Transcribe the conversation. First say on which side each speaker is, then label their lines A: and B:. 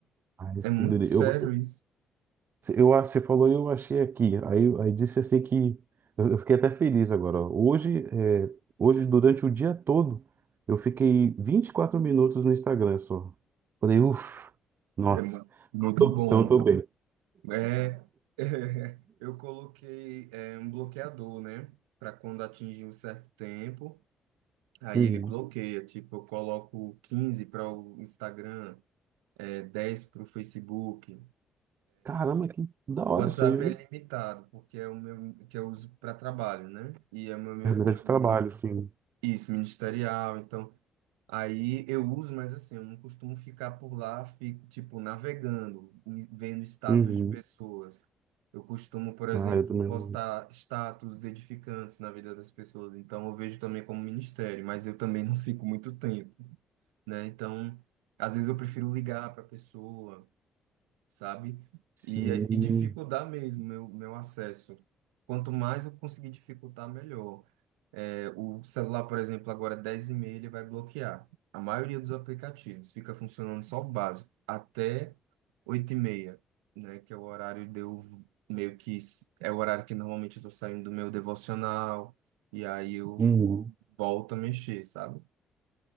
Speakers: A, on the right; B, on the right.
A: Ah, isso
B: é muito
A: que doideira.
B: sério
A: eu, você,
B: isso.
A: eu, ah, você falou e eu achei aqui. Aí, aí disse assim que eu, eu fiquei até feliz agora. ó. Hoje, é, hoje, durante o dia todo, eu fiquei 24 minutos no Instagram só. Falei, uff, nossa.
B: É mu- muito
A: Tô-
B: bom.
A: Então eu tô bem.
B: É, <laughs> eu coloquei é, um bloqueador, né, para quando atingir um certo tempo, aí
A: Uhum.
B: ele bloqueia, tipo, eu coloco 15 para o Instagram, é 10 para o Facebook.
A: Caramba, que da hora
B: O WhatsApp
A: isso aí, hein?
B: é limitado, porque é o meu que eu uso para trabalho, né? E é o meu meio
A: Ferramenta
B: como
A: de trabalho, sim.
B: isso, ministerial, então aí eu uso, mas assim, eu não costumo ficar por lá, fico, tipo, navegando, e vendo status
A: Uhum.
B: de pessoas. Eu costumo, por exemplo,
A: Ah, eu também.
B: postar status edificantes na vida das pessoas, então eu vejo também como ministério, mas eu também não fico muito tempo, né? Então, às vezes eu prefiro ligar para a pessoa sabe?
A: Sim.
B: E, é, e dificultar mesmo meu, meu acesso. Quanto mais eu conseguir dificultar, melhor. É, o celular, por exemplo, agora é dez e meia ele vai bloquear. A maioria dos aplicativos fica funcionando só o básico, até oito e meia né? Que é o horário de eu meio que s- é o horário que normalmente eu tô saindo do meu devocional, e aí eu
A: Hum.
B: volto a mexer, sabe?